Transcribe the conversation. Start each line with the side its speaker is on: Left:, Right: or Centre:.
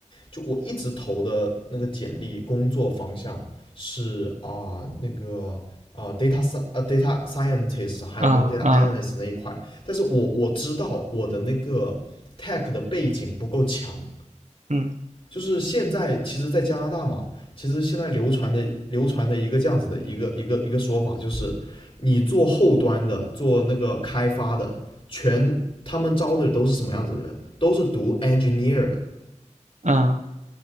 Left: 就我一直投的那个简历工作方向是啊、那个啊、data sci 啊 data scientist，还有那个
Right: 嗯嗯
Left: data analyst 那一块，但是我我知道我的那个 tech 的背景不够强，
Right: 嗯
Left: 就是现在其实，在加拿大嘛，其实现在流传的流传的一个这样子的一个一个一个说法，就是你做后端的，做那个开发的，全他们招的都是什么样子的人？都是读 engineer 的，
Right: 嗯嗯